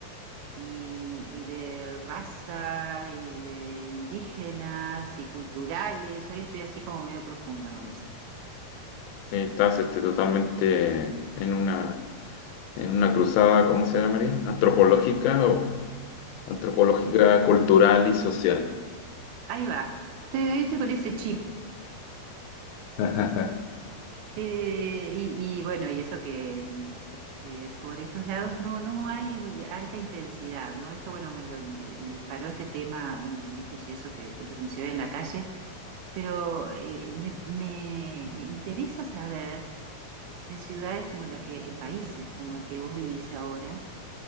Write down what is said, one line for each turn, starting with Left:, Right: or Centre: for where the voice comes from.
Right: y- y de raza y de indígenas y culturales. Hoy estoy así como medio profunda con eso.
Left: Eh, Estás este, totalmente en una, en una cruzada, ¿cómo se llama María? ¿Antropológica o antropológica, cultural y social?
Right: Ahí va. Estoy, hoy estoy con ese chip.
Left: <laughs>
Right: Eh, y, y bueno, y eso que mm, este, por estos lados no, no hay alta intensidad, ¿no? Esto, bueno, me, lo- me disparó este tema, un, un suceso que, que presencié en la calle, pero eh, me, me interesa saber en ciudades como la que, en países como el que vos vivís ahora,